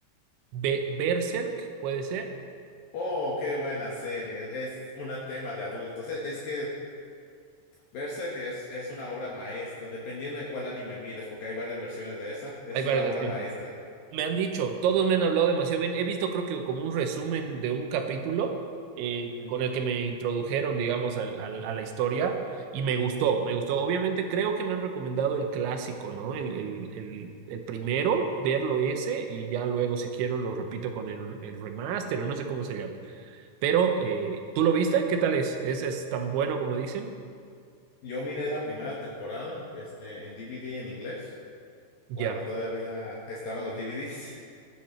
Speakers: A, on the right; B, on the left.
A: Be- Berserk, puede ser.
B: Oh, qué buena serie. Es, es un tema de adultos. Es, es que Berserk es, es una obra maestra, dependiendo de cuál anime mires, porque hay varias versiones de esa, es
A: Hay varias
B: una obra
A: versiones.
B: maestra.
A: Me han dicho, todos me han hablado demasiado bien. He visto, creo que como un resumen de un capítulo eh,
B: Ujú.
A: con el que me introdujeron, digamos, al- al- a la historia y me gustó, me gustó. Obviamente creo que me han recomendado el clásico, ¿no? El, el, el, el primero, verlo ese y ya luego, si quiero, lo repito con el, el remaster o no sé cómo se llama. Pero, eh, ¿tú lo viste? ¿Qué tal es? ¿Es, es tan bueno como dicen?
B: Yo miré la primera temporada, este, en DVD en inglés,
A: Ya.
B: cuando todavía estaban los DVDs. <laughs>